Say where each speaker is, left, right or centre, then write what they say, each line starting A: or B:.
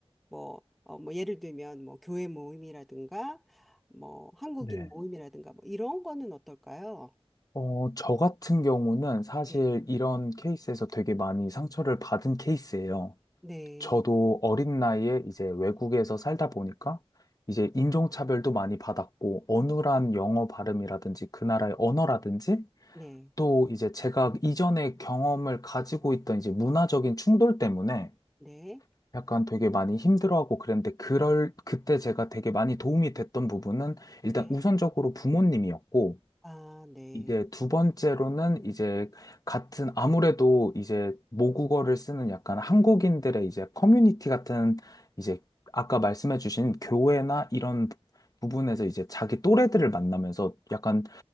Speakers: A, in the centre; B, on the left.
A: 뭐 어 뭐 예를 들면 뭐 교회 모임이라든가 뭐 한국인
B: 네,
A: 모임이라든가 뭐 이런 거는 어떨까요?
B: 어, 저 같은 경우는 사실
A: 네.
B: 이런 케이스에서 되게 많이 상처를 받은 케이스예요.
A: 네.
B: 저도 어린 나이에 이제 외국에서 살다 보니까 이제 인종차별도 많이 받았고, 어눌한 영어 발음이라든지 그 나라의 언어라든지
A: 네.
B: 또 이제 제가 이전에 경험을 가지고 있던 이제 문화적인 충돌 때문에
A: 네.
B: 약간 되게 많이 힘들어하고 그랬는데 그럴 그때 제가 되게 많이 도움이 됐던 부분은 일단
A: 네.
B: 우선적으로 부모님이었고
A: 아, 네.
B: 이게 두 번째로는 이제 같은 아무래도 이제 모국어를 쓰는 약간 한국인들의 이제 커뮤니티 같은 이제 아까 말씀해 주신 교회나 이런 부분에서 이제 자기 또래들을 만나면서 약간